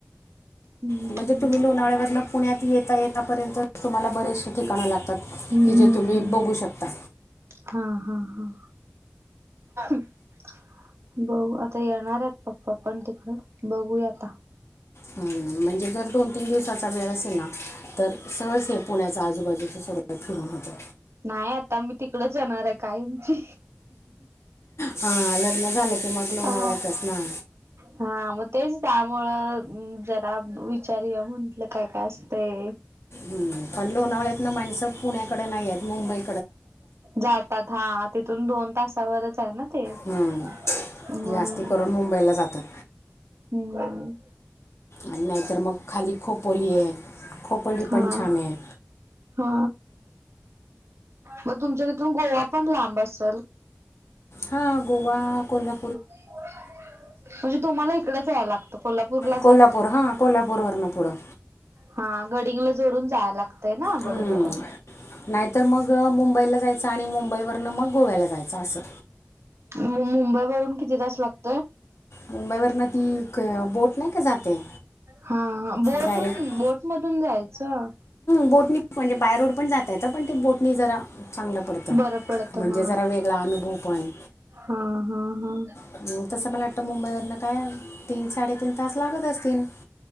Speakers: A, on the right; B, on the left.
A: हम्म
B: म्हणजे तुम्ही लोणाळ्यावरन पुण्यात येता- येतापर्यंत तुम्हाला बरेचशे ठिकाण लागतात.
A: हम्म
B: की जे तुम्ही
A: हम्म
B: बघू शकता
A: हा हा हा <inaudible> बघू आता येणारेत पप्पा पण तिकडं बघूया आता
B: हम्म म्हणजे जर दोन तीन दिवसाचा वेळ असेल ना तर सहज हे पुण्याच्या आजूबाजूच सगळं फिरून होतं.
A: नाही आता मी तिकडच येणारय आहे कायमची
B: हा लग्न झालं की मग, लोणावळ्यातच
A: हा
B: ना.
A: हा मग तेच त्यामुळं, जरा विचारूया म्हटलं काय-काय असतय?
B: हम पण लोणावळ्यातनं माणसं पुण्याकडे नाही येत. मुंबई
A: जातात, हा तिथून दोन तासा वर हायना ते.
B: हम्म,
A: म्हणून
B: जास्ती करून मुंबईला जातात.
A: हम.
B: आणि नाहीतर, मग खाली खोपोलीये. खोपोली
A: हा
B: पण छान! हाय.
A: हा, मग तुमच्या तिथून, गोवा पण लांब असल?
B: हा गोवा, कोल्हा
A: <unintelligible> म्हणजे तुम्हाला इकडचं यायला लागत, कोल्हापूरला
B: कोल्हापूर, हा कोल्हापूर वरण पुढं.
A: हा गडहिंग्लज वरून जाया लागतय ना, बरोबर
B: हम्म.
A: हाय.
B: नाहीतर, मग मुंबईला जायचं आणि मुंबई वरन मग, गोव्याला जायचं असं.
A: मुंबई वरून किती तास लागत?
B: मुंबई वरन ती क बोट नाही का, जाते?
A: हा ह बोटून
B: डायरेक्ट
A: बोट मधून जायचं?
B: बोटनी म्हणजे बाय रोड पण जाता येत, पण ते बोटनी जरा चांगलं पडतं
A: बरं पडत,
B: म्हणजे
A: हा
B: जरा वेगळा अनुभव पण
A: हा हा हा.
B: हम्म, तसं मला वाटतं मुंबई वरन काय, तीन साडेतीन तास लागत असतील?